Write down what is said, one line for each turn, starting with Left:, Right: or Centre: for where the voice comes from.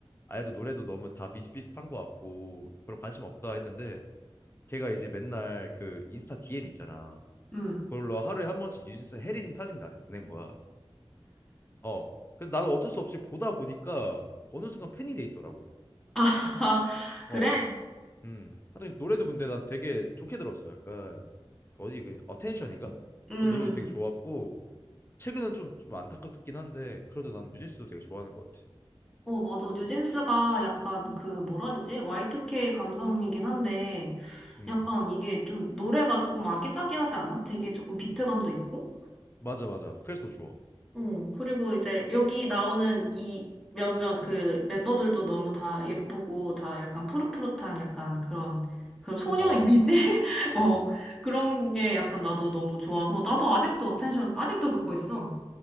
Left: 아이돌 노래도 너무 다 비슷비슷한 것 같고 별로 관심 없다 했는데 걔가 이제 맨날 그 인스타 DM 있잖아.
Centre: 음.
Left: 그걸로 하루에 한 번씩 뉴진스 혜린 사진 나한테 보낸 거야. 어. 그래서 나는 어쩔 수 없이 보다 보니까 어느 순간 팬이 돼 있더라고.
Centre: 아, <laughs> 그래?
Left: 어. 음. 하여튼 노래도 근데 난 되게 좋게 들었어. 약간 그 어디 그 어텐션인가?
Centre: 음.
Left: 그 노래도 되게 좋았고 최근은 좀, 좀 안타깝긴 한데 그래도 난 뉴진스도 되게 좋아하는 것 같아.
Centre: 어, 맞아. 뉴진스가 약간 그, 뭐라 해야 되지? Y2K 감성이긴 한데,
Left: 음.
Centre: 약간 이게 좀, 노래가 조금 아기자기하지 않아? 되게 조금 비트감도 있고?
Left: 맞아 맞아. 그래서 더 좋아.
Centre: 응, 그리고 이제 여기 나오는 이 몇몇 그 멤버들도 너무 다 예쁘고 다 약간 푸릇푸릇한 약간 그런 그런 소녀
Left: 어.
Centre: 이미지? <laughs> 어,
Left: 어.
Centre: 그런 게 약간 나도 너무 좋아서 나도 아직도 어텐션 아직도 듣고 있어.